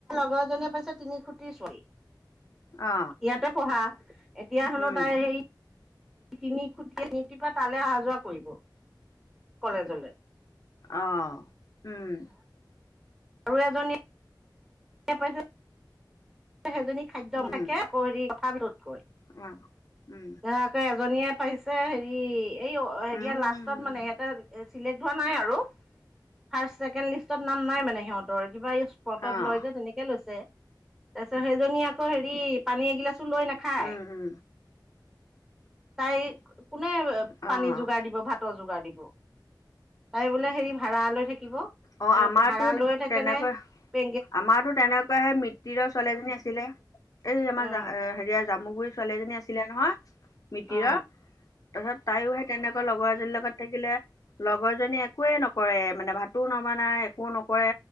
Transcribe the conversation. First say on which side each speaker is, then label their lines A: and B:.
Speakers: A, in the centre; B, on the left.
A: ছজনীয়ে পাইছে তিনি খুটিৰ ছোৱালী
B: অ
A: ইয়াতে পঢ়া এতিয়া শুনো
B: উম
A: তাই সেই তিনি খুটিল তিনিপা তালে অহা যোৱা কৰিব কলেজলে
B: অহ উম
A: আৰু এজনী এ পাইছে সেইজনী খাদ্য
B: উম
A: থাকে <unintelligible>
B: অ' উম
A: ইয়াৰ আকৌ এজনীয়ে পাইছে হেৰি, এই হেৰিয়া
B: উম
A: লাষ্টত মানে, সিহঁতৰ চিলেক্ট হোৱা নাই আৰু, ফাৰ্ষ্ট-ছেকেণ্ড লিষ্টত নাম নাই মানে সিহঁতৰ, কিবা এই চ স্পতত
B: অঁ
A: লয় যে তেনেকে লৈছে, তাৰপিছত সেইজনী আকৌ হেৰি, পানী এগিলাচ টো লৈ নাখায়।
B: উম উম
A: তাইক, কোনে
B: অঁ
A: পানী যোগাৰ দিব ভাত তৰ যোগাৰ দিব, তাই বোলে হেৰি ভাড়া লৈ থাকিব।
B: অঁ আমাৰতো
A: ভাড়া লৈয়ে থাকে
B: তেনেকৈ
A: নে, পে
B: আমাৰতো তেনেকুৱা সেই মিটিৰৰ ছোৱালী এজনী আছিলে, এই আমাৰ
A: অ
B: জ-হেৰিয়া জামুগুৰিত ছোৱালী এজনী আছিলে নহয়, মিতিৰৰ
A: অ
B: তাৰপিছত তাইও সেই তেনেকুৱা লগৰ এজনীৰ লগত থাকিলে, লগৰজনীয়ে একোৱেই নকৰে, মানে ভাত তোও নবনাই, একো নকৰে,